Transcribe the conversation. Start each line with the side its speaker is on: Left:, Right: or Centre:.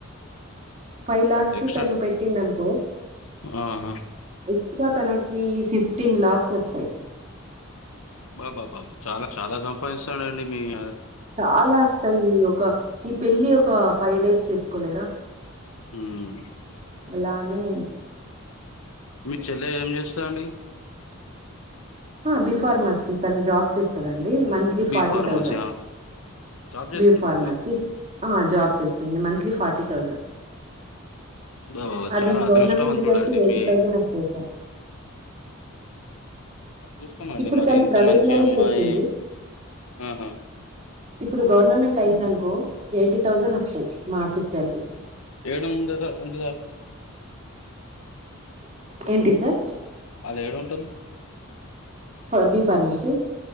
Right: five lakhs
Left: extra
Right: తను పెట్టిండనుకో
Left: ఆహా
Right: ఎక్స్ట్రా తనకి ఫిఫ్టీన్ లాక్ తెస్తాయ్
Left: బా బా బాబ్ చాలా చాలా సంపాదిస్తడండి మీ ఆద
Right: చాలాస్తయ్య్ ఒక ఈ పెళ్ళి ఒక ఫైవ్ డేస్ చేసుకోలేరా
Left: ఉమ్
Right: ఎలానే
Left: మీ చెల్లె ఏం జేస్తాన్
Right: అ బి ఫార్మసీ తన జాబ్ చేస్తందండి మంత్ త్లీ
Left: బి
Right: ఫార్టీ
Left: ఫార్మసీయా
Right: థౌసన్
Left: జాబ్ చేస్తుందా
Right: బి ఫార్మసి అ జాబ్ చేస్తుంది మంత్లీ ఫార్టీ థౌసండ్
Left: అబ్బబ్బ
Right: అది
Left: చాలా అదృష్టవంతుడండి
Right: గవర్నమెంట్దిి అయితే ఎయిటీ
Left: మీ
Right: థౌసండ్ ఒస్తాయిక
Left: జూస్తామండి
Right: ఇప్పుడు
Left: మరి
Right: తను
Left: ఇంత
Right: ప్రైవేట్
Left: మంచి
Right: లోనే
Left: అమ్మాయి
Right: చేస్తుంది
Left: ఆహా
Right: ఇప్పుడు గవర్నమెంట్ అయిందనుకో ఎయిటీ థౌజన్ ఒస్తయ్ మా సిస్టర్ కి
Left: ఏడుందద అంటి దన్
Right: ఏంటి సార్
Left: ఆళ్ళేడుంటరు
Right: ఫ బి ఫార్మసి